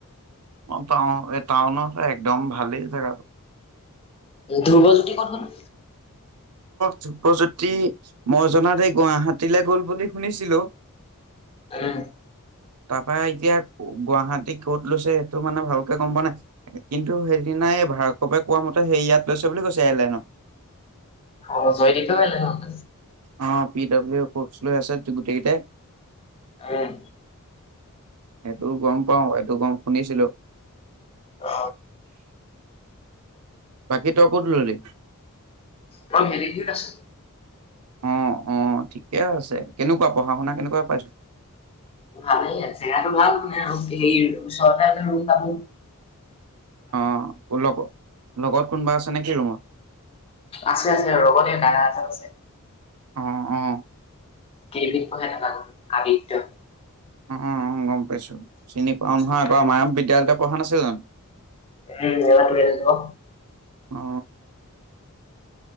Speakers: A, on the right; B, on the left.
A: অ টা এই টাউনৰ একদম ভালেই জেগাটো।
B: ধ্ৰুবজ্যোতি ক'ত গল?
A: ধ্ৰুবজ্যোতি মই জনাত এই গুৱাহাটীলৈ গল বুলি শুনিছিলো
B: উম,
A: তাৰপৰা এতিয়া গুৱাহাটী কত লৈছে টো মানে ভালকে গম পোৱা নাই। কিন্তু হে নাই ভাৰ্গৱে কোৱা মতে সেই ইয়াত লৈছে বুলি কৈছে এয়াৰলাইনত।
B: অ জয়দীপেও ললে ন তাত?
A: অ পি ডাব্লিউ পোষ্ট লৈ আছে গোটেইকেইটাই।
B: উম।
A: সেইটো গম পাও, এইটো গম শুনিছিলো।
B: অ,
A: বাকী তই ক'ত ললি?
B: মই ভেলিভিউত আছো।
A: অ, অ ঠিকে আছে। কেনেকুৱা পঢ়া- শুনা কেনেকুৱা পাইছ?
B: ভালই আছে আৰু জেগাটো ভাল নে <unintelligible>
A: অ কলক লগত কোনোবা আছে নে কি ৰুমত?
B: আছে, আছে। ৰগন এই দাদা এটা আছে।
A: অ, অ।
B: কেইদিনমান এটাৰ আগত আদিত্য।
A: উম, উম গম পাইছো। চিনি পাওঁ নহয়
B: উম,
A: আকৌ, আমাৰ বিদ্যালয়তে পঢ়া নাছিল জানো?
B: উম এ টোৱে ক
A: অ